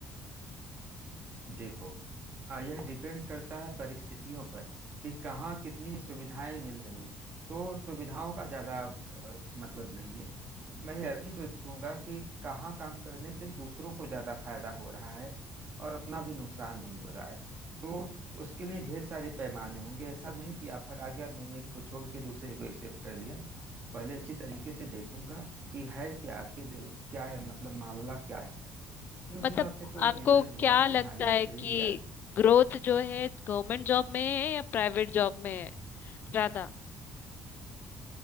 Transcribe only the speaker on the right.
देखो आ, यह डिपेंड करता है परिस्थितियों पर कि कहाँ कितनी सुविधाएं मिल रही हैं तो सुविधाओं का ज्यादा अ, मतलब नहीं है मैं अभी तो देखूंगा कि कहाँ काम करने से दूसरों को ज्यादा फायदा हो रहा है और अपना भी नुकसान नहीं हो रहा है तो उसके लिए ढेर सारे पैमाने होंगे ऐसा नहीं कि ऑफर आ गया और मैंने एक को छोड़ के दूसरे को एक्सेप्ट कर लिया पहले अच्छी तरीके से देखूंगा कि है क्या आखिर क्या है मतलब मामला क्या है फिर उस
हिसाब से कोई
निर्णय लूंगा
कि हाँ यह
सही
है या